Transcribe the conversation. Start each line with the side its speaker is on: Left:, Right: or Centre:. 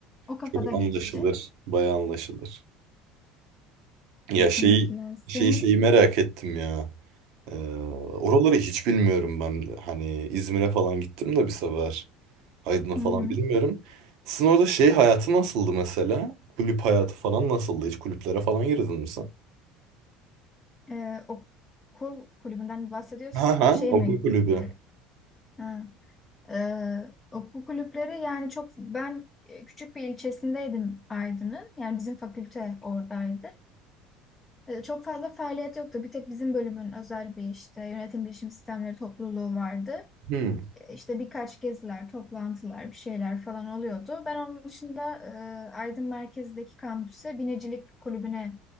Left: O kafada
Right: çok
Left: geçti.
Right: anlaşılır. Bayağı anlaşılır. Ya
Left: Kesinlikle.
Right: şey
Left: Senin
Right: şey şeyi merak ettim ya. Ee, oraları hiç bilmiyorum ben. de. Hani İzmir'e falan gittim de bir sefer. Aydın'a falan
Left: hı hı.
Right: bilmiyorum. Sizin orada şey hayatı nasıldı mesela? Kulüp hayatı falan nasıldı? Hiç kulüplere falan girdin mi sen?
Left: Ee, okul kulübünden mi bahsediyorsun.
Right: Ha ha
Left: Şey
Right: okul
Left: mi?
Right: kulübü.
Left: Ee, ha. Ee, okul kulüpleri yani çok ben e, küçük bir ilçesindeydim Aydın'ın. Yani bizim fakülte oradaydı. E, Çok fazla faaliyet yoktu. Bir tek bizim bölümün özel bir işte yönetim bilişim sistemleri topluluğu vardı.
Right: Hmm.
Left: E, İşte birkaç geziler, toplantılar, bir şeyler falan oluyordu. Ben onun dışında e, Aydın merkezdeki kampüse binicilik kulübüne